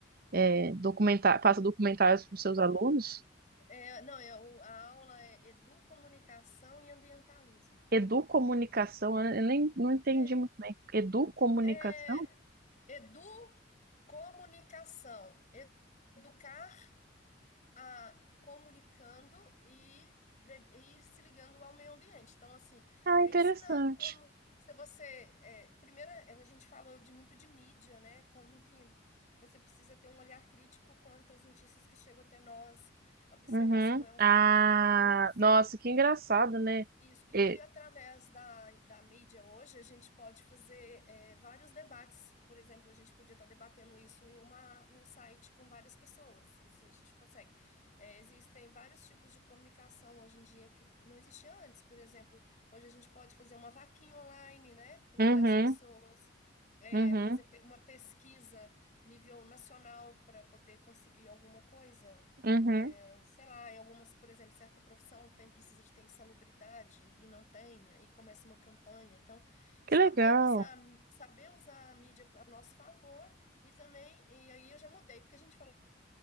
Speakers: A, on the right; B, on the left.
A: é, documentar, passa documentários para os seus alunos.
B: É, não, é, o- a aula é educomunicação e ambientalismo.
A: Educomunicação, eu eu nem não entendi
B: É.
A: muito bem. Educomunicação?
B: É, educomunicação. E- Educar a comunicando e, le- e ir se ligando ao meio ambiente. Então, assim,
A: Ah,
B: é
A: interessante.
B: ensinar como se você. É, primeiro, é, a gente falou de muito de mídia, né? Como que você precisa ter um olhar crítico quanto às notícias que chegam até nós, observar
A: Uhum.
B: se não é um fake
A: Ah,
B: news.
A: nossa, que engraçado, né?
B: Isso, e
A: É,
B: através da, da mídia hoje, a gente pode fazer eh, vários debates. Por exemplo, a gente podia estar debatendo isso em uma, em um site com várias pessoas. Assim, a gente consegue. Eh, existem vários tipos de comunicação hoje em dia que não existia antes. Por exemplo, hoje a gente pode fazer uma vaquinha online, né, para
A: uhum,
B: ajudar as pessoas, eh,
A: uhum,
B: fazer pe- uma pesquisa nível nacional para poder conseguir alguma coisa
A: uhum.
B: sei lá, em algumas, por exemplo, certa profissão tem precisa de ter insalubridade e não tem, aí começa uma campanha. Então, saber
A: Que legal.
B: usar, saber usar a mídia a nosso favor e também, e aí eu já mudei, porque a gente falou